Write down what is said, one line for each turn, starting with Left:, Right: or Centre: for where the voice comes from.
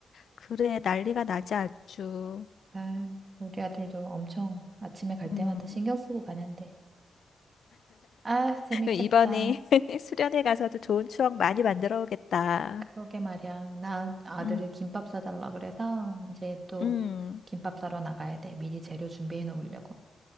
Left: 그래, 난리가 나지 아주.
Right: 아, 우리 아들도 엄청 아침에 갈 때마다
Left: 음.
Right: 신경 쓰고 가는데. 아, 재밌겠다.
Left: 이번에 <laughs> 수련회 가서도 좋은 추억 많이 만들어 오겠다.
Right: 그러게 말이야. 나 아들이
Left: 음.
Right: 김밥 사달라 그래서 이제 또
Left: 음.
Right: 김밥 사러 나가야 돼. 미리 재료 준비해 놓으려고.